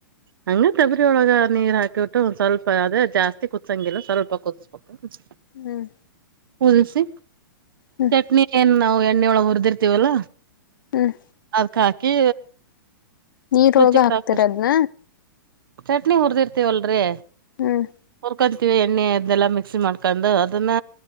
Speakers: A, on the right; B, on the left.
A: ಹಂಗ ತಬರಿ ಒಳಗ ನೀರ್ ಹಾಕಿಬಟ್ಟು ಒಂದ ಸ್ವಲ್ಪ ಅದೇ ಜಾಸ್ತಿ ಕುದಸಂಗಿಲ್ಲ ಸ್ವಲ್ಪ ಕುದಬಿಟ್ಟು
B: ಹ್ಮ್
A: ಹುಲ್ಸಿ
B: ಹ್ಮ್
A: ಚಟ್ನಿ ಏನ್ ನಾವವು ಎಣ್ಣೆಯ ಒಳಗೆ ಹುರಿದಿರ್ತೀವಲ್ಲ
B: ಹ್ಮ್
A: ಅದ್ಕ್ ಹಾಕಿ
B: ನೀರೊಳಗ
A: ಮುರುಚಿಕ್
B: ಹಾಕ್ತಿರದ್ನ
A: ತಗ ಕಷ್ಟ ಚಟ್ನಿ ಹುರ್ದಿರ್ತೀವಲ್ರರಿ
B: ಹ್ಮ್
A: ಉಕೊಂತೀವಿ ಎಣ್ಣೆ ಇದೆಲ್ಲ ಮಿಕ್ಸಿ ಮಾಡ್ಕೊಂಡು ಅದನ್ನ